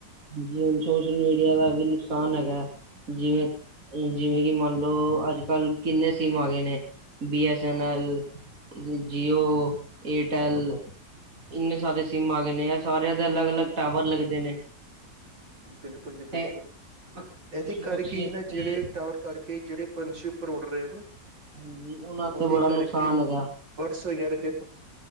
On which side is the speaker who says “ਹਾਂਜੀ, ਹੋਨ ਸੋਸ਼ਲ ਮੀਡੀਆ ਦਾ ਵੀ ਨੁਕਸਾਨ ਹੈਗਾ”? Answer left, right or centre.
Right